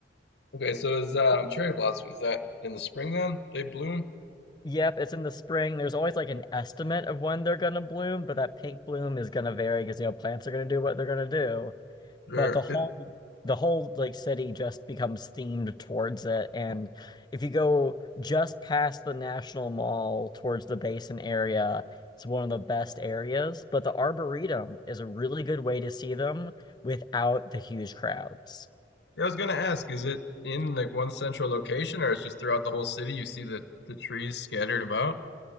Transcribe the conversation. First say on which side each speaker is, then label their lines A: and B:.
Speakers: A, on the left; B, on the left.
A: Okay, so is um, cherry blossom is that in the spring then they bloom?
B: Yep, it's in the spring. There's always like an estimate of when they're gonna bloom, but that pink bloom is gonna vary because you know plants are gonna do what they're gonna do.
A: Or
B: but the whole
A: it,
B: the whole like city just becomes themed towards it and if you go just past the National Mall towards the Basin area it's one of the best areas but the Arboretum is a really good way to see them without the huge crowds
A: I was gonna ask, is it in like one central location or it's just throughout the whole city? You see the the trees scattered about?